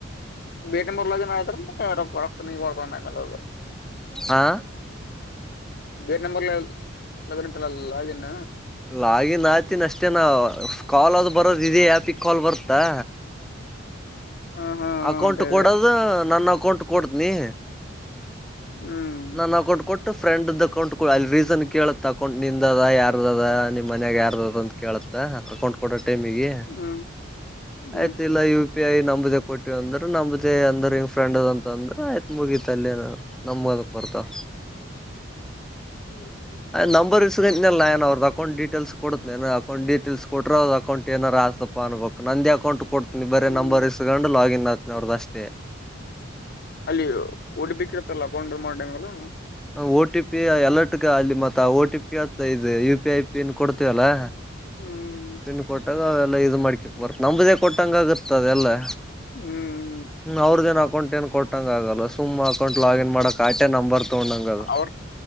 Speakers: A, on the left; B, in the centre.
A: ಕೊದು <unintelligible>
B: ಹಾ
A: ಬೇರೆ ನಂಬರ್ ಲಾಗಿನ್ ಅತಲ್ಲ ಲಾಗಿನ್
B: ಲಾಗಿನ್ ಆತಿನ ಅಷ್ಟೇ ನಾ ಕಾಲ್ ಆದ್ ಬರೋದು ಇದೇ ಆಪಿಗೆ ಕಾಲ್ ಬರುತ್ತಾ.
A: <inaudible> ಹಾ ಹಾ
B: ಅಕೌಂಟ್
A: ಅದೇ
B: ಕೊಡೋದು ನನ್ನ ಅಕೌಂಟ್ ಕೊಡ್ತನಿ.
A: ಹ್ಮ್
B: ನನ್ ಅಕೌಂಟ್ ಕೊಟ್ಟು ಫ್ರೆಂಡ್ದ ಅಕೌಂಟ್ ಕೊಡು ಅಲ್ಲಿ ರೀಸನ್ ಕೇಳತ್ ಅಕೌಂಟ್ ನಿಂದ ಅದ ಯಾರ ಅದ. ಅದ ನಿಮ್ ಮನ್ಯಾಗ ಯಾರು ಅದ ಅಂತ ಕೇಳತ್ತ ಅಕೊಂಡ್ ಕೊಡ ಟೈಮಿಗೆ.
A: ಹ್ಮ್ ಹ್ಮ್
B: ಆಯ್ತು
A: ಹ್ಮ್
B: ಇಲ್ಲ. ಪಿ ಐ ನಂಬದೆೇ ಕೊಟ್ಟಿವ ಅಂದ್ರೆ ನಂಬ್ದೇ ಅಂದ್ರಿ ಫ್ರಂಡ್ದ ಅಂದ್ರೆ ಆಯ್ತತ್ ಮುಗೀತಲ್ಲಿ. ನಂಬರ್ ಬರ್ತಾವ್.
A: ಹ್ಮ್
B: ನಂಬರ್ <unintelligible> ಅಕೌಟ್ ಡೀಟೇಲ್ಸ್ ಕೊಡ್ತಾನ ಅಕೌಟ್ ಡೀಟೇಲ್ಸ್ ಕೊಟ್ರೆ ಅಕೌಂಟ್ ಏನಾರ ಆಯ್ತಪ್ಪ ಅನ್ಬೇಕು ನಂದೇ ಅಕೌಂಟ್ ಕೊಡ್. ಬರೀ
A: ಹ್ಮ್
B: ನಂಬರ್ ಇಸ್ಕೊಂಡು ಲಾಗಿನ್ ಆಗ್ತನ ಅವ್ರದ ಅಷ್ಟೇ.
A: ಅಲ್ಲಿ <unintelligible> ಅಕೌಂಟ್ ಮಾಡಿವಾಲೆ.
B: ಓ ಟಿ ಪಿ ಎಲರ್ಟ್ಗ ಅಲ್ಲಿ ಮತ್ತ ಟಿ ಪಿ ಅಂತ ಇದೆ U P I P N ಕೊಡ್ತೀವಲ್ಲಾ.
A: ಹ್ಮ್
B: ತಿಂಡ ಕೊಟ್ಟಾಗ ಅವೆಲ್ಲ ಇದು ಮಾಡ್ಕಕ್ ಬರ್ತ್ತ ನಂಬದೆೇ ಕೊಟ್ಟಂಗ ಆಗತ್ತ ಅದೆಲ್ಲಾ.
A: ಹ್ಮ್ ಹ್ಮ್
B: ಅವ್ರದ ಏ ಅಕೌಂಟ್ ಕೊಟ್ಟಟಂಗ ಆಗಲ್ಲ ಸುಮ್ ಅಕೌಂಟ್ ಲಾಗಿನ್ ಮಾಡಕ್ ಆಟೆ ನಂಬರ್ ತಗೊಂಡಂಗ ಅದು
A: ಅವ